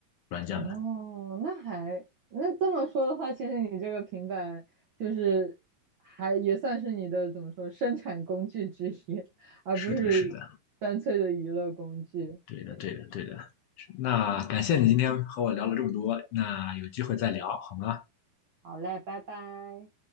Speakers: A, on the left (about 80°); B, on the right (about 85°).
A: 软件的。
B: 哦，那还那这么说的话，其实你这个平板就是还也算是你的怎么说生产工具之一，而不是单粹的娱乐工具。
A: 是的，是的，对的，对的，对的。那感谢你今天和我聊了这么多，那有机会再聊好吗？
B: 好嘞，拜拜。